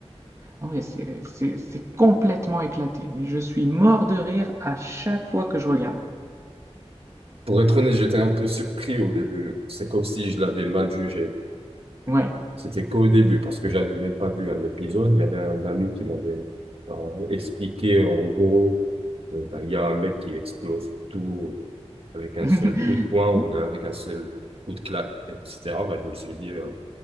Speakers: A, on the right; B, on the right.
A: Ouais, c'est c'est- c'est complètement éclaté. Mais je suis mort de rire à chaque fois que je regarde.
B: Pour être honnête, j'étais un peu surpris au début. C'est comme si je l'avais mal jugé.
A: Ouais.
B: C'était qu'au début parce que j'avais même pas vu un épisode. Il y avait un ami qui m'avait euh, expliqué en gros, euh, bah, il y a un mec qui explose tout euh, avec un
A: <laughs>
B: seul coup de poing ou bien avec un seul coup de claque, etc. Bah, je me suis dit, euh,